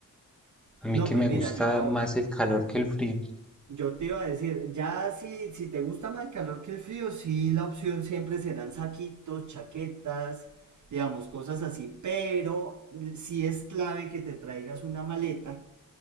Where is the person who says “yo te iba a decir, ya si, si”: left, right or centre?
Right